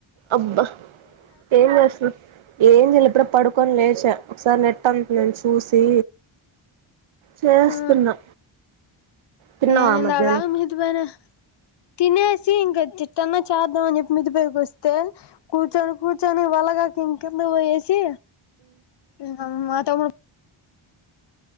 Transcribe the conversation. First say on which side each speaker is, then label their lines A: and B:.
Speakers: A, on the right (about 75°); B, on the left (about 60°).
A: అబ్బా ఏం చేస్ ఏం చేయలే ఇప్పుడు పడుకొని లేచా ఒకసారి నెట్ ఆన్ చేసి చూసి చేస్తున్నా
B: ఆ
A: తిన్నావా
B: నేను ఇందాక
A: మధ్యాహ్నం
B: దాకా మీతో పైన తినేసి ఇంకా చిట్టన్నా చేద్దాం అని చెప్పి మిద్దె పైకి వస్తే కూచోని కూచోని వల్ల గాక్ మ్ కిందకు పోయేసి ఇంగ మాత్ తమ్ముడు